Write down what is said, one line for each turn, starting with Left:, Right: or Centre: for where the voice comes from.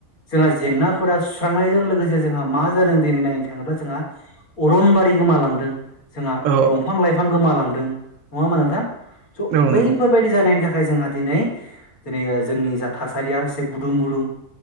Left: जोंहा जेंनाफोरा सुस्रांनायजों लोगोसे जोंहा मा जादों दिनै नायनो थाङोब्ला जोंहा अरनबारि गोमालांदों जोंहा
Right: औ
Left: दंफां-लाइफां गोमालांदों नङा होमा नोंथां? स'
Right: औ
Left: बैफोरबायाददि
Right: नंगौ
Left: जानाय थाखाय जोंहा दिनै दिनै जोंनि जा थासारिया एसे गुदुं गुदुं